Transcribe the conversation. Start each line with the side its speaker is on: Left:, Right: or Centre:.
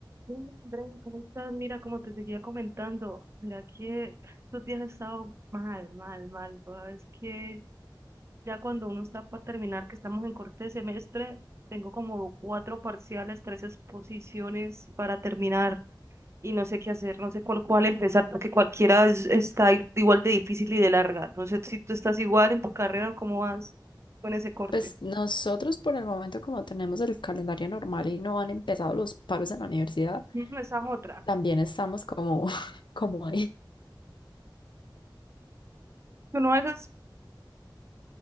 Right: Sí, Andrea, ¿cómo estás? Mira, como te seguía comentando, mira que estos días he estado mal, mal, mal. Es que ya cuando uno está para terminar, que estamos en corte de semestre, tengo como cuatro parciales, tres exposiciones para terminar y no sé qué hacer, no sé cuál, cuál empezar, porque cualquiera es- está i- igual de difícil y de larga. No sé si tú estás igual en tu carrera o cómo vas con ese corte.
Left: Pues nosotros por el momento, como tenemos el calendario normal y no han empezado los paros en la universidad,
Right: Ujú, Esa es otra.
Left: también estamos como, <laughs> como ahí.
Right: Uno a veces,